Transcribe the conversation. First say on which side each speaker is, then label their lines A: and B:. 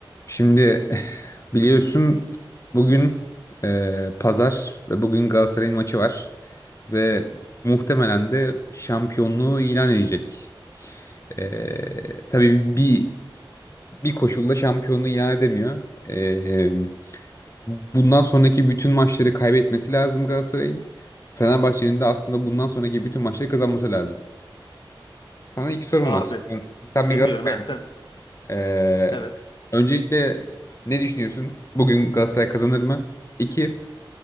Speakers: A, on the left; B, on the left.
A: Şimdi biliyorsun bugün e, pazar ve bugün Galatasaray'ın maçı var ve muhtemelen de şampiyonluğu ilan edecek. E, tabii bir bir koşulla şampiyonluğu ilan edemiyor. E, bundan sonraki bütün maçları kaybetmesi lazım Galatasaray'ın. Fenerbahçe'nin de aslında bundan sonraki bütün maçları kazanması lazım. Sana iki sorum
B: Abi
A: var. Sen, sen bir
B: dinliyorum
A: Galatasaraylı
B: ha sen
A: ee,
B: evet.
A: öncelikle ne düşünüyorsun? Bugün Galatasaray kazanır mı? İki,